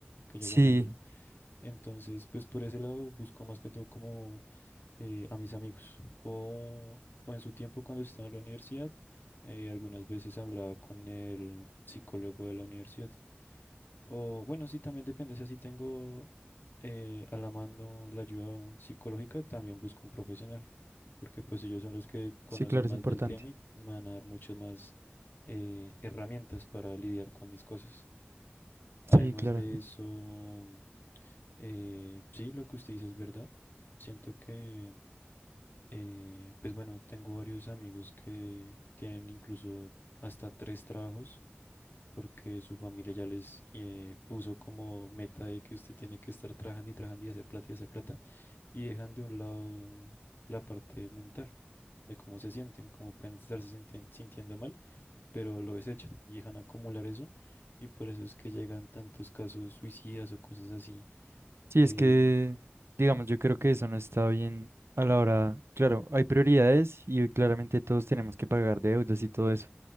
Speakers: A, on the left (about 55°); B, on the right (about 80°).
A: que
B: Sí,
A: yo guardármelo. Entonces, pues por ese lado busco más que todo como eh, a mis amigos. O, o en su tiempo cuando estaba en la universidad, eh, algunas veces hablaba con el psicólogo de la universidad. O bueno, sí, también depende. O sea, si tengo eh, a la mano la ayuda psicológica, también busco un profesional. Porque pues ellos son los que conocen
B: sí, claro, es
A: más
B: importante.
A: del tema y me van a dar muchas más eh, herramientas para lidiar con mis cosas. Además
B: Sí, claro.
A: de eso... Eh, sí, lo que usted dice es verdad. Siento que, eh, pues bueno, tengo varios amigos que tienen incluso hasta tres trabajos porque su familia ya les eh, puso como meta de que usted tiene que estar trabajando y trabajando y hacer plata y hacer plata y dejan de un lado la parte mental de cómo se sienten, cómo pueden estarse sintien- sintiendo mal, pero lo desechan y dejan acumular eso y por eso es que llegan tantos casos suicidas o cosas así
B: Sí,
A: de
B: es que, digamos, yo creo que eso no está bien a la hora. Claro, hay prioridades y claramente todos tenemos que pagar deudas y todo eso.